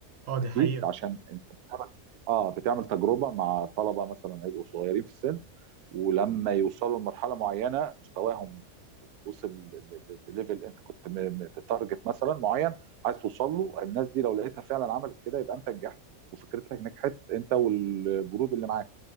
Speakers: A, on the right; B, on the right.
A: اه دي
B: اكيد
A: حقيقة
B: عشان انت بتعمل اه بتعمل تجربه مع طلبه مثلا هيبقوا صغيرين في السن ولما يوصلوا لمرحله معينه مستواهم وصل ل- ل- لليفل انت كنت م- م- تارجت مثلا معين عايز توصل له الناس دي لو لقيتها فعلا عملت كده يبقى انت نجحت وفكرتك نجحت انت والجروب اللي معاك